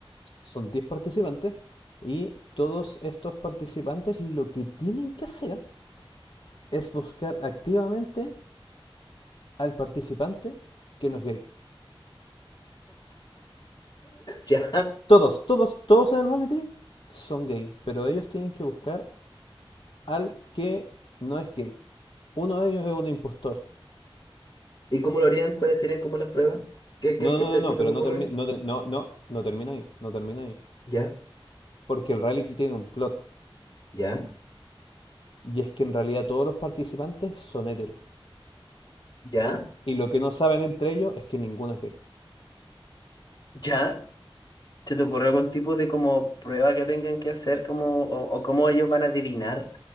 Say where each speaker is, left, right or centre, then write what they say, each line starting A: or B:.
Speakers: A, on the left; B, on the left.
A: Son 10 participantes y todos estos participantes lo que tienen que hacer es buscar activamente al participante que no es gay.
B: <laughs> ya.
A: Todos, todos, todos en el reality son gay, pero ellos tienen que buscar al que no es gay. Uno de ellos es un impostor.
B: ¿Y cómo lo harían? ¿Cuáles serían como las pruebas? ¿Qué, qué,
A: No,
B: qué
A: no,
B: se,
A: no, no,
B: qué se
A: pero
B: te ocurre?
A: no termina, no, te- no, no, no termina ahí, no termina ahí.
B: Ya,
A: Porque el reality tiene un plot.
B: ya,
A: Y es que en realidad todos los participantes son heteros.
B: ya,
A: Y lo que no saben entre ellos es que ninguno es gay.
B: ya. ¿Se te ocurre algún tipo de como prueba que tengan que hacer como, o, o cómo ellos van a adivinar